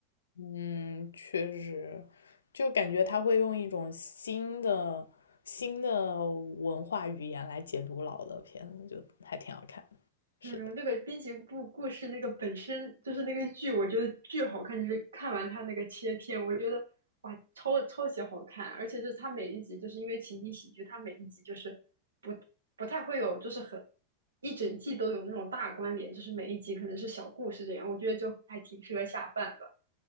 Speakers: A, on the left (about 65°); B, on the right (about 70°).
A: 嗯，确实，就感觉他会用一种新的新的文化语言来解读老的片子，就还挺好看。是的。
B: 嗯，那个滨崎步故事那个本身就是那个剧，我觉得巨好看。就是看完它那个切片，我觉得哇，超超级好看。而且就是它每一集，就是因为情景喜剧，它每一集就是不不太会有，就是很一整季都有那种大关联，就是每一集可能是小故事这样。我觉得就还挺适合下饭的。